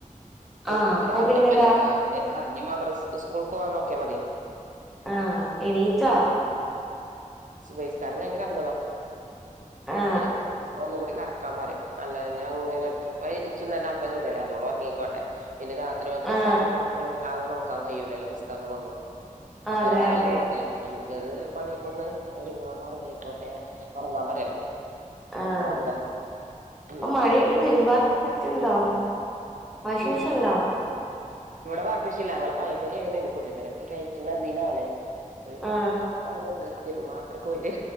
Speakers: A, on the right (about 70°); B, in the centre.
A: ഇന്ക്
B: ആ അപ്പൊ
A: രാവിലെ
B: പിന്നെ
A: അപ്പല്ല രാവിലെ ഇഞ്ഞ് മാദ്രസക് സ്കൂൾക്ക് പോവാൻ നോക്കിയാ മതി.
B: ആഹ് എണീറ്റൊ.
A: സുബൈസ്കാരം കഴിഞ്ഞ് കെടന്നതാ
B: ആ
A: ഓന് ഒന്നുകൂടി കെടക്കാൻ പറയും. അല്ലാ ഞാ ഇങ്ങനെ ഇ ഇച്ചും തന്നെ അപ്പം ചുടുവല്ലേ അതോള് ഒറങ്ങിക്കോട്ടെ. പിന്നെ രാത്രി മദ്രസയായോണ്ട്
B: ആ
A: രാത്രി വല്ലാതെ നോക്കാൻ കഴിയൂലല്ലോ പുസ്തകങ്ങളൊന്നും. അപ്പൊ
B: അതെ
A: രാവിലെ
B: അതെ
A: നോക്കല് ഇന്റേത് പണിയൊക്കെ ഒന്ന് ഒതുങ്ങാ ഒറങ്ങിക്കോട്ടെ ഒറങ്ങാൻ പറയലാ.
B: ആഹ്
A: അപ്പൊ ഉറങ്ങാ
B: ഇപ്പൊ
A: ഉം
B: മഴയായിട്ട് തിരുമ്പാനൊന് പ റ്റുണ്ടോ വാഷിംഗ്
A: തിരുമ്പാന്
B: മെഷീൻ ഇണ്ടോ.
A: ഇവിടെ വാഷിംഗ് മെഷീനില്ലാ അങ്ങള് പഴയ പെരേയാണ് പുതിയ പെരൊക്കെ കേറ്റ്‌ണതീലാന്ന്. പിന്നെ
B: ആ
A: ഇവിടെ ആൾക്കാരുണ്ട് തിരുമ്പത്രക്കെ വലിയ